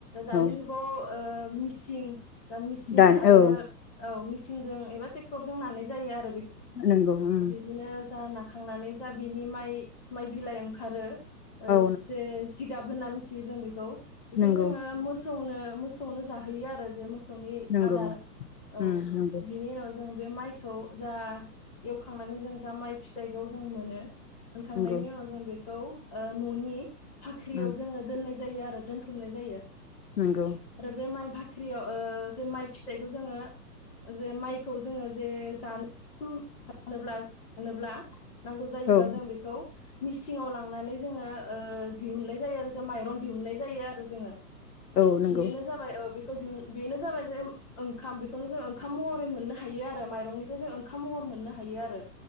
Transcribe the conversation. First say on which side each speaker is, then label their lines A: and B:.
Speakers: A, on the left; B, on the left.
A: दानि
B: औ
A: जुगाव ओ मिसिं जा मिसिं
B: दानि
A: आरो
B: औ
A: औ मिसिं आथिंजों एबा ट्रेक्टरजों नानाय जायो आरो
B: नंगौ उम
A: बिदिनो जा ना खांनानै जा बिनि माइ माइ बिलाइ ओंखारो
B: औ
A: जे जिगाब होनना मिथियो जों बेखौ। बेखौ
B: नंगौ
A: जोङो मोस सौनो मोसौनो जाहोयो आरो सौनि
B: नंगौ
A: आदार
B: नंगौ
A: औ
B: उम नंगौ
A: बिनि उनाव जों बे माइखौ जा एवखांनानै जों जा माइ फिथाइखौ जों मोनो। मोनखांनायनि
B: नंगौ
A: उनाव जों बे खौ ओ न'नि फाख्रियाव
B: उम
A: जोङो दोननाय जा जायो आरो दोनथुमनाय जायो।
B: नंगौ
A: आरो बे माइ बा फाख्रियाव ओ जे माइ फिथाइखौ जोङो जे माइखौ जोङो जे जानो <unintelligible> जानोब्ला नांगौ जायोब्ला
B: औ
A: जों बेखौ मिसिंआव लांनानै जोङो ओ दिहुननाय जायो आरो जों माइरं दिहुननाय जायो आरो जोङो।
B: औ नंगौ
A: बेनो जाबाय औ बे <unintelligible> बेनो जाबाय जे ओंखाम बेखौनो जों ओंखाम महरै मोननो हायो आरो माइरंनिफ्राय जों ओंखाम महर मोननो हायो आरो